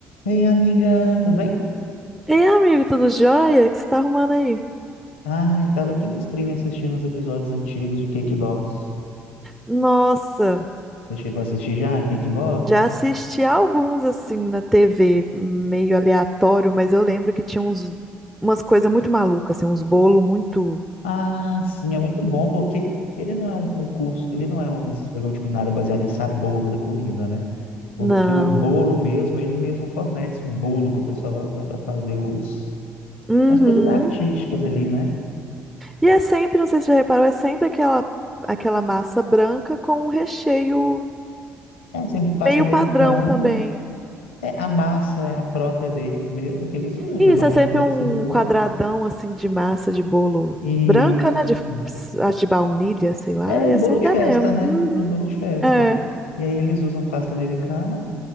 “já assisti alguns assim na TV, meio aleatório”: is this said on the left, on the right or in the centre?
Centre